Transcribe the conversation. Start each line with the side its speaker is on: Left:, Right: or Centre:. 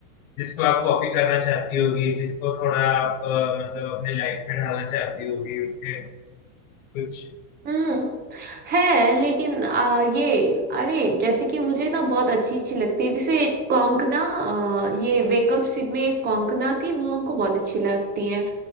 Left: जिसको आप कॉपी करना चाहती होगी जिसको थोड़ा आप अ, मतलब अपने लाइफ में ढालना चाहती होगी उसके कुछ
Right: हम्म है लेकिन आ, ये अरे जैसे कि मुझे ना बहुत अच्छी अच्छी लगती है जैसे कोंकणा आ, ये वेकअप सिड में एक कोंकणा थी वो हमको बहुत अच्छी लगती है